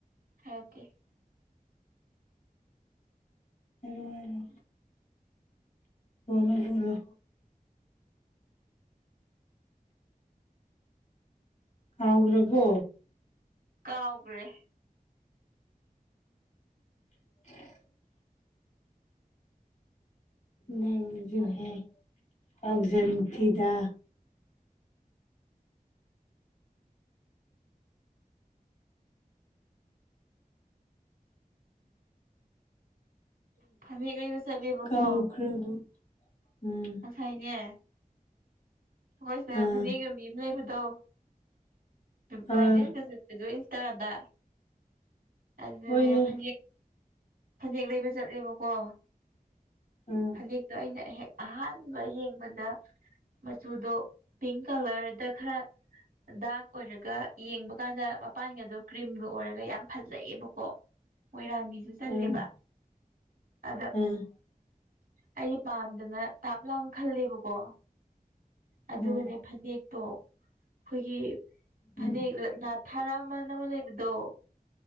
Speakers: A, on the right; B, on the left.
A: ꯍꯀꯦ
B: ꯔꯣꯏꯔꯣ ꯍ ꯃꯂ ꯍꯥꯎ꯭ꯔꯔꯕꯣ
A: ꯀꯥꯎꯈ꯭ꯔꯦ
B: <inaudible> ꯅꯁꯨꯣꯍ ꯑꯣꯛꯖꯟ ꯊꯤꯗꯥ
A: ꯐꯅꯦꯛ ꯀꯩꯅ ꯆꯠꯂꯦꯕꯀꯣ
B: ꯀꯥꯎꯈ꯭ꯔꯕꯨ ꯎꯝ
A: ꯑꯁꯥꯏꯅꯦ ꯑꯩꯈꯣꯏ ꯁꯤꯗ
B: ꯑꯥ
A: ꯐꯅꯦꯛꯒꯤ ꯃꯤ ꯑꯃ ꯂꯩꯕꯗꯣ ꯚꯥꯏꯔꯦꯜꯒꯗ
B: ꯑꯥ
A: ꯠꯇꯗ ꯑꯗꯨꯅꯦ
B: ꯍꯣꯏꯅꯦ
A: ꯐ ꯐꯅꯦꯛ ꯂꯩꯕ ꯆꯠꯂꯦꯕꯀꯣ
B: ꯎꯝ
A: ꯐꯅꯦꯛꯇꯣ ꯑꯩꯅ ꯍꯦꯛ ꯑꯍꯥꯟꯕ ꯌꯦꯡꯕꯗ ꯃꯆꯨꯗꯣ ꯄꯤꯡ ꯀꯂꯔꯗ ꯈꯔ ꯗꯥꯛ ꯑꯣꯏꯔꯒ ꯌꯦꯡꯕ ꯀꯥꯟꯗ ꯃꯄꯥꯟꯒꯗꯣ ꯀ꯭ꯔꯤꯝꯒ ꯑꯣꯏꯔꯒ ꯌꯥꯝ ꯐꯖꯩꯑꯕꯀꯣ ꯑꯣꯏꯣꯏꯔꯅꯤ ꯆꯜꯂꯦꯕ
B: ꯎꯝ
A: ꯑꯗꯣ
B: ꯎꯝ
A: ꯑꯩꯗꯤ ꯄꯥꯝꯗꯅ ꯇꯥꯞ ꯂꯅ ꯈꯜꯂꯦꯕꯀꯣ ꯑꯗꯨꯒꯅꯦ
B: ꯎꯝ
A: ꯐꯅꯦꯛꯇꯣ ꯑꯩꯈꯣꯏꯒꯤ
B: ꯎꯝ
A: ꯐꯅꯦꯛ ꯅꯥꯊꯥꯔꯝ ꯃꯅ ꯑꯃ ꯂꯩꯕꯗꯣ